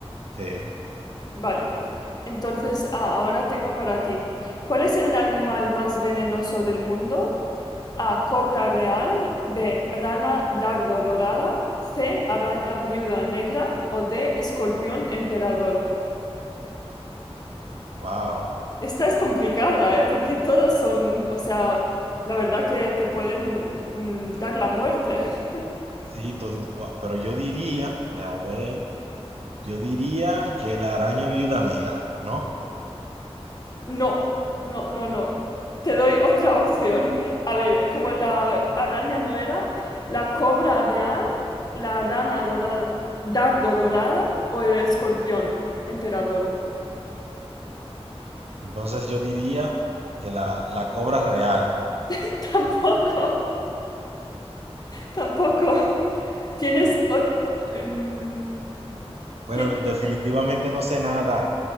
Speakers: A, on the right; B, on the left.
A: Sí,
B: Vale. Entonces, ah, ahora tengo para ti. ¿Cuál es el animal más venenoso del mundo? A. Cobra real. B. Rana dardo dorada. C. Araña viuda negra. O D. Escorpión emperador.
A: wow.
B: Esta es complicada, ¿eh? Porque todos son, o sea, la verdad que te pueden mm, dar la muerte. <laughs>
A: Sí, todito- gua- pero yo diría, déjame ver, yo diría que la araña viuda negra, ¿no?
B: No, no, no, no. Te doy otra opción. A ver, como la araña no era, la cobra real, la rana dorada, dardo dorada o el escorpión emperador.
A: Entonces yo diría que la, la cobra real.
B: <laughs> Tampoco, tampoco. Tienes...
A: Ah,
B: ot- mm,
A: Bueno,
B: tien-
A: de- definitivamente no sé nada